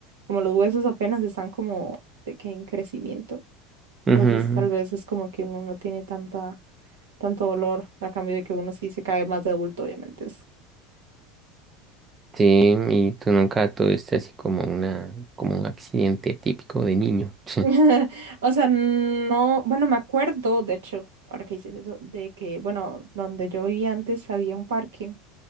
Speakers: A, on the right; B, on the right.
A: como los huesos apenas están como de que en crecimiento.
B: Ujú.
A: Entonces tal vez es como que uno no tiene tanta, tanto dolor, a cambio de que uno sí se cae más de adulto, obviamente.
B: Sí, y tú nunca tuviste así como una, como un accidente típico de niño. <laughs>
A: <laughs> O sea, no, bueno, me acuerdo, de hecho, ahora que dices eso, de que, bueno, donde yo vivía antes había un parque